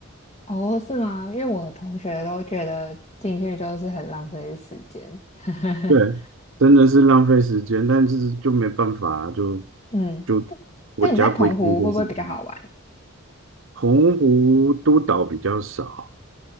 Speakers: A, on the left (about 30°); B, on the right (about 75°).
A: 哦，是吗？因为我的同学都觉得进去就是很浪费时间。<laughs>
B: 对，真的是浪费时间，但是就没办法啊就
A: 嗯，
B: 就国家规定就是这
A: 但你在澎湖会不会比较好玩？
B: 澎湖督导比较少，